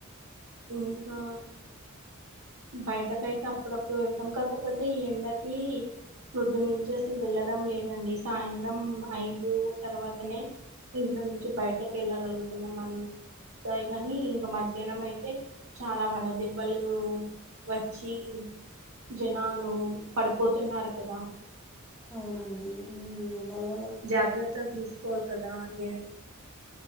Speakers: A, on the right; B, in the centre.
A: ఇంకా... బయటకైతే అప్పుడప్పుడు వెళ్తాం కాకపోతే ఈ ఎండకీ ప్రొద్దున్ నుంచి అసలు వెళ్ళడం లేదండి సాయంత్రం ఐదు తర్వాతనే ఇంట్లో నుంచి బయటకు ఎళ్ళగలుగు న్నాం అంతే కనీ ఇంకా మధ్యాహ్నం అయితే చాలా వడ దెబ్బలూ వచ్చీ జనాలు పడిపోతున్నారు కదా
B: అవునండీ ఈ ఎండలు
A: జాగ్రత్తల్ తీస్కోవాల్ కదా ఏ